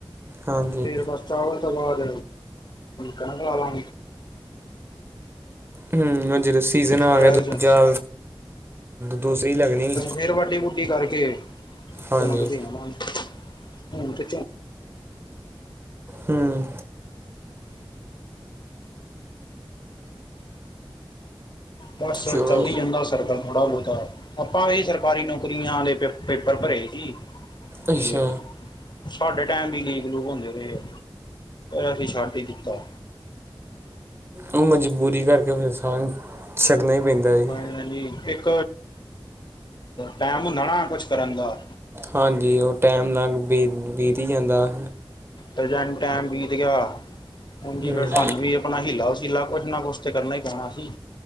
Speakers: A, on the right; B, on the left.
A: ਹਾਂਜੀ
B: ਫਿਰ ਬਸ ਚਾਵਲ ਤੋਂ ਬਾਅਦ ਕਹਿਡ ਲ
A: ਹਮ ਜਦੋਂ ਸੀਜਨ ਆ
B: ਅਪ੍ਰੈਲ
A: ਗਿਆ ਦੂਜਾ
B: ਚ
A: ਦੂਸਰੀ ਲੱਗਣੀ
B: ਫੇਿਰ ਵਾਡੀ ਵੂਡੀ ਕਰਕੇ
A: ਹਾਂਜੀ
B: ਕਣਕ ਦੇ ਆ ਮ ਮ ਕਿ
A: ਹੂੰ
B: ਬਸ ਆ
A: ਚਲੋ
B: ਚੱਲੀ ਜਾਂਦਾ ਸਰਦਾ ਥੋੜਾ ਬਹੁਤਾ, ਆਪਾਂ ਵੀ ਸਰਕਾਰੀ ਨੌਕਰੀਆਂ ਦੇ, ਪੇਪਰ ਭਰੇ ਸੀ।
A: ਅੱਛਾ
B: ਤੇ ਸਾਡੇ, ਟਾਈਮ ਵੀ ਲੀਕ ਲੂਕ ਹੁੰਦੇ ਰਹੇ, ਅਸੀਂ ਛੱਡ ਹੀ ਦਿੱਤਾ
A: ਉਹ, ਮਜ਼ਬੂਰੀ ਕਰਕੇ ਫਿਰ ਸਾਰੇ, ਛੱਡਣਾ ਪੈਦਾ ਜੀ।
B: ਇੱਕ ਟਾਈਮ, ਹੁੰਦਾ ਨਾ ਕੁਛ ਕਰਨ ਦਾ
A: ਹਾਂਜੀ, ਉਹ ਟਾਈਮ, ਲੰਘ ਬੀਤ-ਬੀਤੀ ਹੀ ਜਾਂਦਾ।
B: ਤੇ ਜੇ, ਟਾਈਮ ਬੀਤ ਗਿਆ, ਉਜ
A: ਹੂੰ
B: ਹੀ ਸਾਨੂੰ ਆਪਣਾ ਹੀਲਾ ਵਸੀਲਾ ਕੁਛ ਨਾ ਕੁਛ ਤੇ ਕਰਨਾ, ਹੀ ਪੈਣਾ ਸੀ।